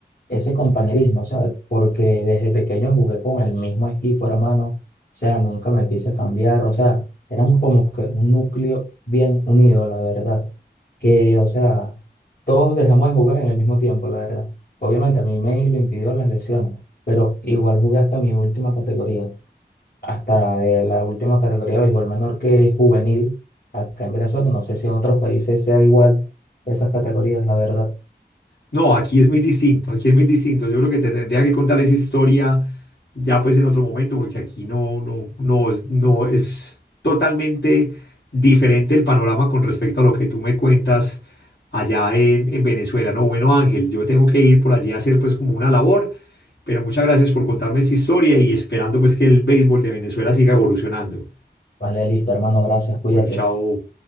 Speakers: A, on the left (about 55°); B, on the left (about 75°).
A: ese compañerismo, ¿sabes? Porque desde pequeño jugué con el mismo equipo, hermano. O sea, nunca me quise cambiar. O sea, éramos como que un núcleo bien unido, la verdad. Que, o sea, todos dejamos de jugar en el mismo tiempo, la verdad. Obviamente a mí me lo impidió las lesiones, pero igual jugué hasta mi última categoría, hasta de la última categoría de béisbol menor que es juvenil acá en Venezuela. No sé si en otros países sea igual esas categorías, la verdad.
B: No, aquí es muy distinto, aquí es muy distinto. Yo creo que te tendría que contar esa historia ya pues en otro momento, porque aquí no, no, no, es- no es totalmente diferente el panorama con respecto a lo que tú me cuentas allá en, en Venezuela. No, bueno, Ángel, yo tengo que ir por allí a hacer pues como una labor, pero muchas gracias por contarme esta historia y esperando pues que el béisbol de Venezuela siga evolucionando.
A: Vale, listo, hermano, gracias, cuídate.
B: Bueno, chao.